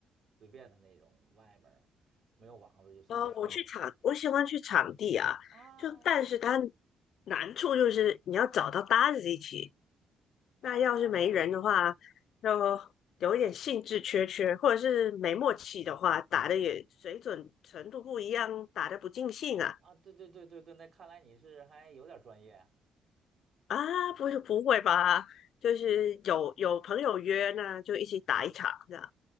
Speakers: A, on the right; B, on the left.
A: 随便的那种外面儿没有网子就随便抽的那种？
B: 呃，我去场，我喜欢去场地啊，
A: 啊
B: 就但是它难处就是你要找到搭子一起，
A: 啊，
B: 那要是没人的话，
A: 对对
B: 就有一点兴致缺缺，
A: 对
B: 或者是没默契的话，打的也水准程度不一样，打的不尽兴啊
A: 啊，对对对对对，那看来你是还有点专业
B: 啊，不是不会吧？就是有有朋友约，那就一起打一场这样，